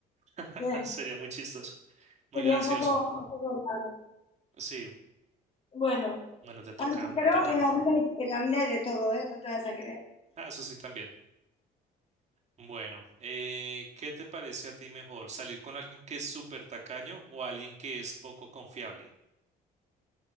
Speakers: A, on the right; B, on the left.
A: <laughs>
B: Eh,
A: Sería muy chistoso, muy
B: Sería
A: gracioso.
B: un poco, un poco raro.
A: Sí,
B: Bueno,
A: bueno, te toca,
B: ay,
A: me
B: pero
A: toca.
B: en la vida, hay- en la vida hay de todo, ¿eh? No te vas a creer.
A: Ah, eso sí también. Bueno, eh, ¿qué te parece a ti mejor? ¿Salir con alguien que es súper tacaño o alguien que es poco confiable?